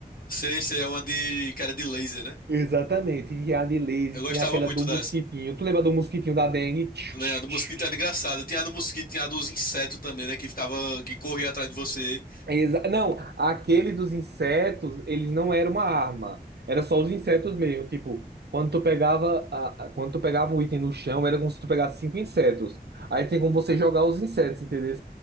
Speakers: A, on the left; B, on the right.
A: Sei, sei, é uma de cara de laser, né?
B: Exatamente. Tinha a de laser,
A: Eu gostava
B: tinha aquela
A: muito
B: do mosquitinho.
A: dessa.
B: Tu lembra do mosquitinho da dengue? Tchiu,
A: Né,
B: tchiu,
A: a do
B: tchiu,
A: mosquito era engraçado.
B: tchiu.
A: Tinha a do mosquito, tinha a dos insetos também, né? Que ficava, que corria atrás de você.
B: Exa- Não, aquele dos insetos, eles não era uma arma. Era só os insetos mesmo. Tipo, quando tu pegava, a- a- quando tu pegava o item no chão, era como se tu pegasse cinco insetos. Aí tem como você jogar os insetos, entendeu?